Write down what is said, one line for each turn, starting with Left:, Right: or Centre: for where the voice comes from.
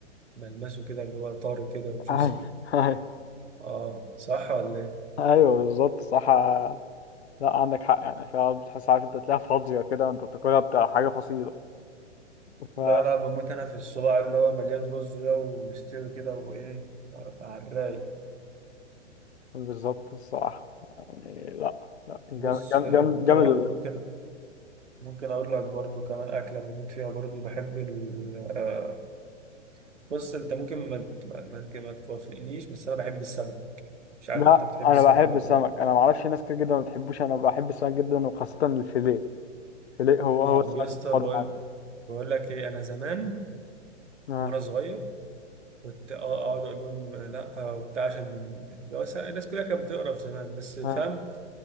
Right: ملمسه كده اللي هو طار كده وجوسي
Left: ايوه ايوه
Right: اه صح ولا ايه؟
Left: أيوة بالظبط صح لا عندك حق يعني فعلا بتحس عارف انت تلاقيها فاضية كده وانت بتاكلها بتاع حاجة فصيلة ف
Right: لا لا بموت انا في الصباع اللي هو مليان رز ده ومستوي كده وايه آه، على الرايق
Left: بالظبط الصراحة يعني لا لا جامد
Right: بص آه،
Left: جامد
Right: ممكن
Left: جامد
Right: ممكن ممكن اقول لك برضو كمان اكله بموت فيها برضو بحب ال آه، بص انت ممكن ما ت- ما ت- ما توافقنيش بس انا بحب السمك مش عارف
Left: لا
Right: انت بتحب
Left: انا
Right: السمك
Left: بحب
Right: ولا
Left: السمك
Right: لا
Left: انا معرفش ناس كتير جدا ما بتحبوش انا بحب السمك جدا وخاصة الفيليه الفيليه هو هو
Right: اه
Left: السمك
Right: يا اسطى
Left: المفضل
Right: بقول
Left: عندي.
Right: بقول لك ايه انا زمان
Left: اه
Right: وانا صغير كنت اه اقعد اقول لهم لا آه، وبتاع عشان اللي هو س- الناس كلها كانت بتقرف زمان بس فاهم
Left: اه